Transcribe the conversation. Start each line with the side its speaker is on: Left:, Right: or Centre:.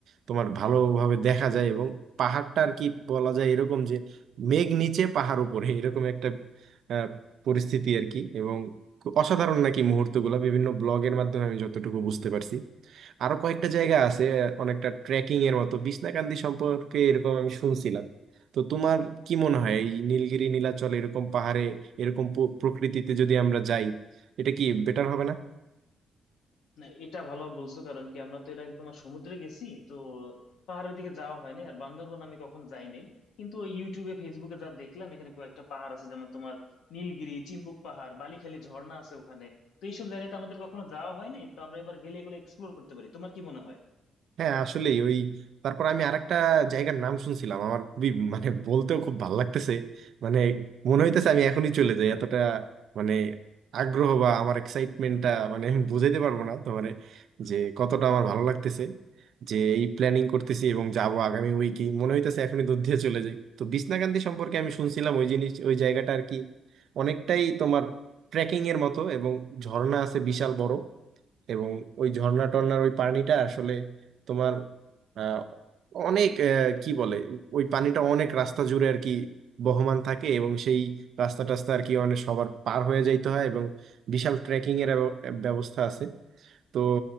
Right: তোমার ভালোভাবে দেখা যায় এবং পাহাড়টা আর কি বলা যায় এরকম যে মেঘ নিচে পাহাড় উপরে এরকম একটা আহ, পরিস্থিতি আর কি এবং অসাধারণ নাকি মুহূর্তগুলো বিভিন্ন ব্লগের মাধ্যমে আমি যতটুকু বুঝতে পারছি আরো কয়েকটা জায়গা আছে অনেকটা ট্রেকিং এর মতো বিছনাকান্দি সম্পর্কে এরকম আমি শুনছিলাম তো তোমার কি মনে হয় এই নীলগিরি নীলাচল এরকম পাহাড়ে এরকম প্র- প্রকৃতিতে যদি আমরা যাই এটা কি বেটার হবে না
Left: না এটা ভালো বলছো কারণ কি আমরা তো এর আগে তোমার সমুদ্রে গেছি তো পাহাড়ের দিকে যাওয়া হয়নি আর বান্দরবান আমি কখনো যাই নাই কিন্তু ওই ইউটিউবে ফেসবুকে যা দেখলাম এখানে কয়েকটা পাহাড় আছে যেমন তোমার নীলগিরি চিম্বুক পাহাড় বালিখালি ঝর্ণা আছে ওখানে তো এইসব জায়গাতে আমাদের কখনো যাওয়া হয়নি তো আমরা এবার গেলে এগুলো এক্সপ্লোর করতে পারি তোমার কি মনে হয়
Right: হ্যাঁ আসলেই ওই তারপর আমি আরেকটা জায়গার নাম শুনছিলাম আমার খুবই মানে বলতেও খুব ভালো লাগতেছে মানে মনে হইতেছে আমি এখনই চলে যাই এতটা মানে আগ্রহ বা আমার এক্সাইটমেন্টটা মানে আমি বুঝাইতে পারবো না তোমার যে কতটা আমার ভালো লাগতেছে যে এই প্ল্যানিং করতেছি এবং যাব আগামী উইকে মনে হইতেছে এখনই দূর দিয়ে চলে যাই তো বিছনাকান্দি সম্পর্কে আমি শুনছিলাম ওই জিনিস ওই জায়গাটা আর কি অনেকটাই তোমার ট্রেকিং এর মতো এবং ঝর্ণা আছে বিশাল বড় এবং ওই ঝর্ণা টর্ণার ওই পানিটা আসলে তোমার আহ, অনেক আহ, কি বলে ওই পানিটা অনেক রাস্তা জুড়ে আর কি বহমান থাকে এবং সেই রাস্তা টাস্তা আর কি অনেক সবার পার হয়ে যাইতে হয় এবং বিশাল ট্রেকিং এর ব্যব- ব্যবস্থা আছে তো